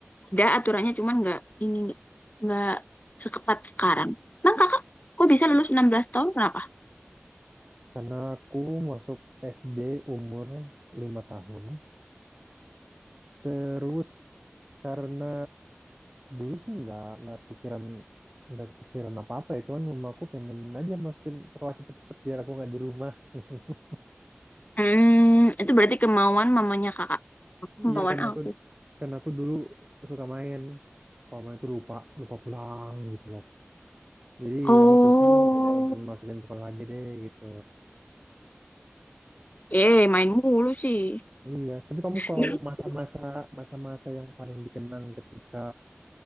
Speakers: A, on the left; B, on the right.
A: ada aturannya cuman nggak ini nggak nggak seketat sekarang. Nah kakak, kok bisa lulus 16 tahun kenapa?
B: Karena aku masuk SD umur 5 tahun. Terus karena dulu sih nggak nggak pikiran nggak kepikiran apa-apa ya. Cuman mama aku pengen aja masukin sekolah cepet-cepet biar aku nggak di rumah. <laughs>
A: Hmm, itu berarti kemauan mamanya kakak. Kemauan
B: Iya karena
A: aku.
B: aku karena aku dulu suka main. Mama itu lupa lupa pulang gitu loh. Jadi
A: Oh,
B: mama pusing ya udah masukin masukin sekolah aja deh gitu.
A: eh main mulu sih.
B: Iya, tapi kamu kalau
A: <laughs>
B: masa-masa masa-masa yang paling dikenang ketika